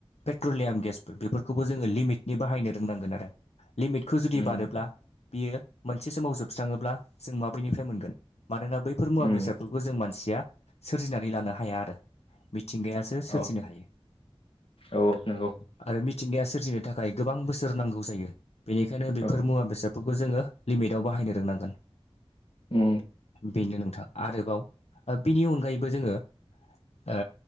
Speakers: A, on the left (about 85°); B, on the left (about 60°).
A: पेट्रलियाम गेसफोर बेफोरखौबो जोङो लिमिटनि बाहायनो रोंनांगोन आरो। लिमिटखौ जुदि
B: उम
A: बारोब्ला बियो मोनसे समाव जोबस्राङोब्ला जों माब्रैनिफ्राय मोनगोन। मानोना बैफोर मुवा
B: उम
A: बेसादफोरखौ जों मानसिया सोरजिनानै लानो हाया आरो मिथिंगाया सोरजिनो
B: औ
A: हायो।
B: औ नंगौ
A: आरो मि मिथिंगाया सोरजिनो थाखाय गोबां बोसोर नांगौ जायो बेनिखायनो बेफोर
B: औ
A: मुवा बेसाद बेफोरखौ जोङो लिमिटाव बाहायनो रोंनांगोन।
B: उ
A: बेनो नोंथां आरोबाव बेनि अनगायैबो जोङो ओ